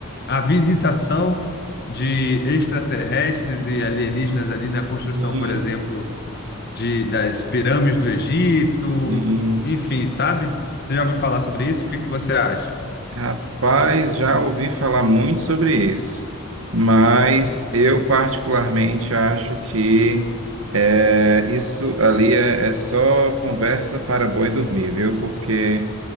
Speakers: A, on the left (about 50°); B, on the right (about 75°).
A: a visitação de extraterrestres e alienígenas ali na construção,
B: Sim,
A: por exemplo, de, das pirâmides do Egito,
B: sim.
A: enfim, sabe? Você já ouviu falar sobre isso? O que que você acha?
B: Rapaz, já ouvi falar muito sobre isso, mas eu particularmente acho que é, isso ali é, é só conversa para boi dormir, viu? Porque